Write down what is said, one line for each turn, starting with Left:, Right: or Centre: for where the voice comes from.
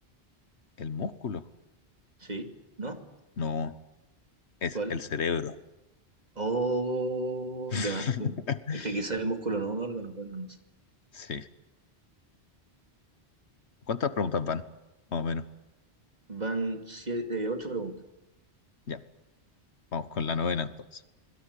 Left: ¿El músculo?
Right: Sí, ¿no?
Left: No, es
Right: ¿Cuál?
Left: el cerebro.
Right: Oh,
Left: <laughs>
Right: de más, po. Es que quizás el músculo no es un órgano, bueno, no no sé.
Left: Sí. ¿Cuántas preguntas van? Más o menos.
Right: Van siete, eh, ocho preguntas.
Left: Ya, vamos con la novena entonces.